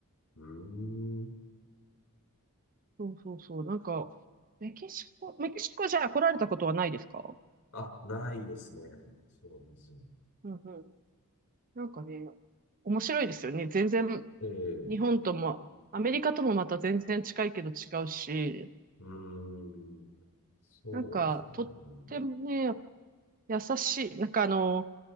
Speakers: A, on the left (about 75°); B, on the right (about 40°).
A: うーん。
B: そうそうそう。なんか、メキシコ、メキシコじゃあ来られたことはないですか
A: あ、ないですね。そうなんですよ。
B: うんうん。なんかね、面白いですよね。全然、
A: ええ
B: 日本とも、アメリカともまた全然近いけど違うし、
A: うーん。そうですよね。
B: なんか、とってもね、優しい。なんかあの、